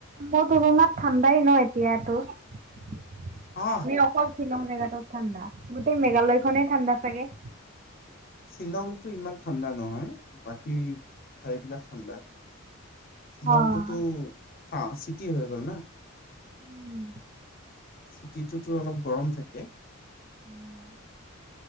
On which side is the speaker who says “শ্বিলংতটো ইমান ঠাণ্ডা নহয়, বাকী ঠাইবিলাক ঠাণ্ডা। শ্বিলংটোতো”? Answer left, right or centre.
Left